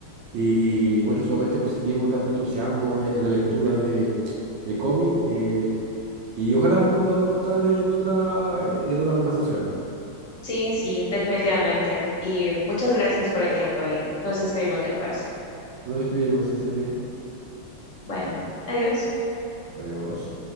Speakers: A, on the right; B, on the left.
A: y encuentro sumamente positivo tanto entusiasmo en en la lectura de, de cómic. eh, y ojalá nos podamos encontrar en otra, en otra conversación.
B: Sí, sí, definitivamente. Y muchas gracias por el tiempo y nos escribimos después.
A: Nos escribimos, Estefi.
B: Bueno, adiós.
A: Adiós.